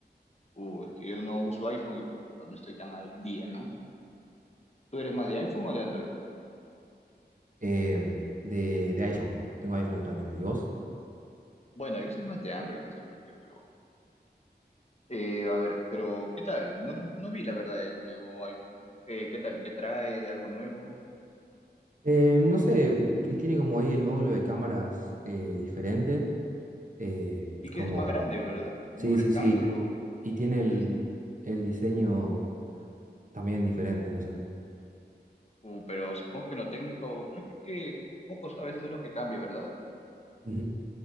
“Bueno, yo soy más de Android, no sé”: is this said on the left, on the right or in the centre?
Left